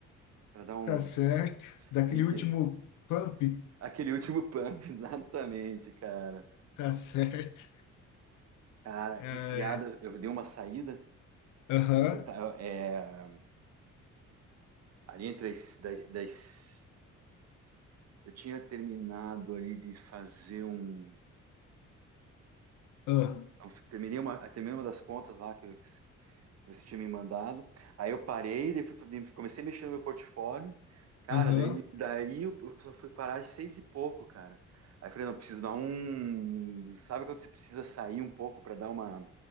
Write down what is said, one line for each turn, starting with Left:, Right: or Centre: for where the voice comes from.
Right: para dar um,
Left: Tá certo. Daquele
Right: tem que
Left: último pump,
Right: aquele último pump, <laughs> exatamente, cara.
Left: tá certo.
Right: Cara,
Left: É,
Right: que esfriada, eu dei uma saída.
Left: Aham,
Right: Eu tava, é, ali entre as, das, das- eu tinha terminado ali de fazer um,
Left: ah,
Right: eu terminei uma, terminei uma das contas lá que eu que você tinha me mandado. Aí eu parei, daí fui, comecei a mexer no meu portfólio. Cara,
Left: aham.
Right: daí, daí eu eu só fui parar às seis e pouco, cara. Aí eu falei, não, preciso dar um. Sabe quando você precisa sair um pouco para dar uma.